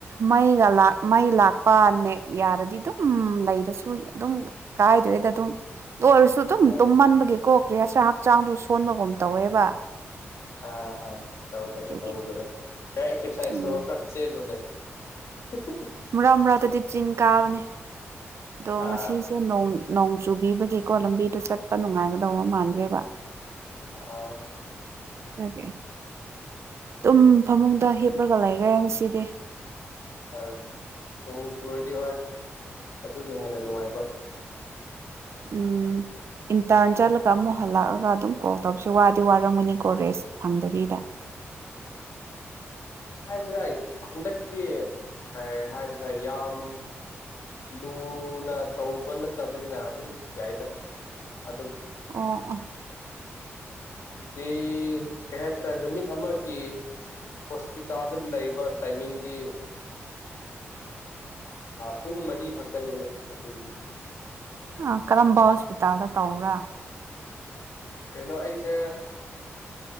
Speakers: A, on the right; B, on the left.
A: ꯃꯩꯒ ꯂꯥꯛ ꯃꯩ ꯂꯥꯛꯄꯅꯦꯛ ꯌꯥꯔꯗꯤ ꯗꯨꯝ ꯂꯩꯔꯁꯨ ꯑꯗꯨꯝ ꯀꯥꯏꯗ꯭ꯔꯦꯗ ꯑꯗꯨꯝ ꯑꯣꯏꯔꯁꯨ ꯑꯗꯨꯝ
B: ꯑꯥ
A: ꯇꯨꯝꯃꯟꯕꯒꯤꯀꯣ ꯀ꯭ꯔꯤ ꯍꯥꯏꯁꯤꯔ ꯍꯛꯆꯥꯡꯗꯨ ꯁꯣꯟꯕꯒꯨꯝ ꯇꯧꯋꯦꯕ
B: ꯑ ꯑ ꯇꯧꯒꯕꯅꯦ
A: ꯑꯗꯨꯒꯤ
B: ꯇꯧꯕꯅꯦ ꯈꯔ ꯑꯦꯛꯁ꯭ꯔꯁꯥꯏ
A: ꯎꯝ
B: ꯇꯧ ꯈꯔ ꯆꯦꯜꯂꯣꯅꯦ <unintelligible>
A: ꯃꯔꯛ ꯃꯔꯛꯇꯥꯗꯤ ꯆꯤꯡ ꯀꯥꯕꯅꯦ ꯑꯗꯣ
B: ꯑꯥ
A: ꯉꯁꯤ ꯁꯤ ꯅꯣꯡ ꯅꯣꯡ ꯆꯨꯕꯤꯕꯒꯤꯀꯣ ꯂꯝꯕꯤꯗꯣ ꯆꯠꯄ ꯅꯨꯡꯉꯥꯏꯒꯗ ꯃꯥꯟꯗ꯭ꯔꯦꯕ
B: ꯑ
A: ꯑꯣꯀꯦ ꯇꯨꯝ ꯐꯃꯨꯡꯗ ꯍꯤꯞꯂꯒ ꯂꯩꯒ꯭ꯔꯦ ꯉꯁꯤꯗꯤ
B: ꯑ ꯅꯣꯡ ꯆꯨꯔꯗꯤ ꯍꯣꯏ ꯑꯗꯨꯅꯤ ꯍꯦꯟꯅ ꯅꯨꯡꯉꯥꯏꯕ
A: ꯎꯝ ꯏꯟꯇꯔꯟ ꯆꯠꯂꯒ ꯑꯃꯨꯛ ꯍꯜꯂꯛꯑꯒ ꯑꯗꯨꯝ ꯀꯣꯜ ꯇꯧꯁꯤ ꯋꯥꯗꯤ ꯋꯥꯔꯝꯒꯅꯤ ꯀꯣ ꯔꯦꯖ ꯐꯪꯗꯕꯤꯗ
B: ꯍꯥꯏꯁꯤꯔꯥꯏ ꯍꯟꯗꯛꯇꯤ ꯀꯩ ꯍꯥꯏꯁꯤꯔ ꯌꯥꯝ ꯂꯨꯅ ꯇꯧꯕ ꯅꯠꯇꯕꯅꯤꯅ ꯑꯗꯨꯝ ꯌꯥꯏꯗ ꯑꯗꯨꯝ
A: ꯑꯣ ꯑꯣ
B: ꯗꯤ ꯀꯩ ꯍꯥꯏꯁꯤꯔ ꯅꯨꯃꯤꯠ ꯑꯃꯒꯤ ꯍꯣꯁꯄꯤꯇꯥꯜꯗ ꯂꯩꯕ ꯇꯥꯏꯃꯤꯡꯗꯤ ꯄꯨꯡ ꯃꯔꯤ ꯈꯛꯇꯅꯦꯗ ꯑꯗꯨꯒꯤ
A: ꯑ ꯀꯔꯝꯕ ꯍꯣꯁꯄꯤꯇꯥꯜꯗ ꯇꯧꯕꯔꯥ
B: ꯀꯩꯅꯣ ꯑꯩꯁꯦ